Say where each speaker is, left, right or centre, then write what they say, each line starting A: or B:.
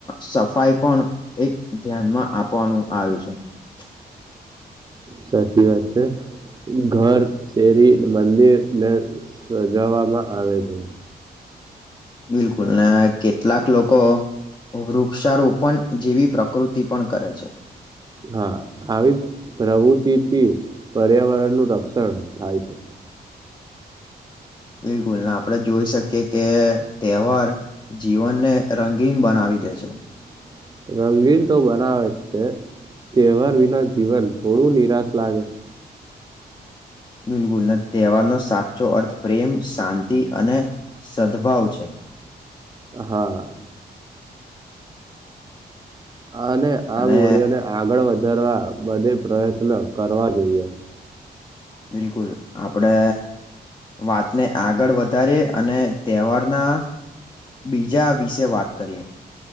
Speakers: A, on the left; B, on the right.
A: સફાઈ પણ એક ધ્યાનમાં આપવાનું આવ્યું છે.
B: સાચી વાત છે ઘર શેરી મંદિર ને સગાવામાં આવે છે.
A: બિલકુલ ને કેટલાક લોકો વૃક્ષારોપણ જેવી પ્રકૃતિ પણ કરે છે
B: હા આવી પ્રવુતિથી પર્યાવરણ નું રક્ષણ થાય છે
A: બિલકુલ આપડે જોઈ શકીએ કે તહેવાર જીવનને રંગીન બનાવી દે છે
B: <inaudible> રંગીન તો બનાવે છે તહેવાર વિના જીવન થોડું નિરાશ લાગે <inaudible>
A: બિલકુલ તહેવારનો સાચો અર્થ પ્રેમ શાંતિ અને સદભાવ છે
B: હા અને આ
A: અને
B: મૂડીઓને આગળ વધારવા બને પ્રયત્ન કરવા જોઈએ
A: બિલકુલ આપડે વાતને આગળ વધારે અને તહેવારના બીજા આ વિશે વાત કરીએ.